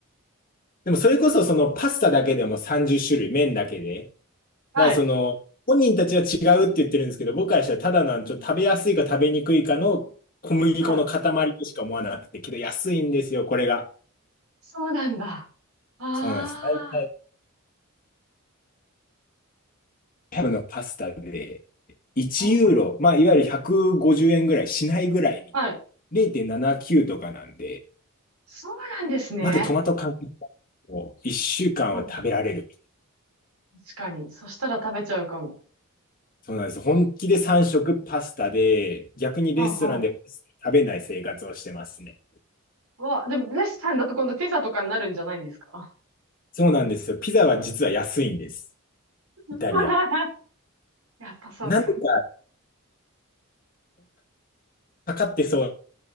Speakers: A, on the left; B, on the right.
A: でもそれこそそのパスタだけでも30種類、麺だけで。
B: はい。
A: だからその、本人たちは違うって言ってるんですけど、僕からしたらただなん、ちょっと食べやすいか食べにくいかの小麦粉の塊としか思わなくて、
B: はい。
A: けど安いんですよ、これが。
B: そうなんだ。ああ。
A: そうなんですね。大ブのパスタで1ユーロ、
B: うんうん。
A: まあ、いわゆる150円ぐらいしないぐらい、
B: はい。
A: 0.79とかなんで、
B: そうなんですね。
A: またトマト缶を1週間は食べられる。
B: うんうん。確かに。そしたら食べちゃうかも。
A: そうなんです。本気で3食パスタで、逆にレストランでパスタ食べない生活をしてますね。
B: うんうん。うわ、でもレストランだと今度ピザとかになるんじゃないんですか
A: そうなんですよ。ピザは実は安いんです。
B: <laughs>
A: イタリア。
B: やっぱそうか。
A: なんでか、かかってそう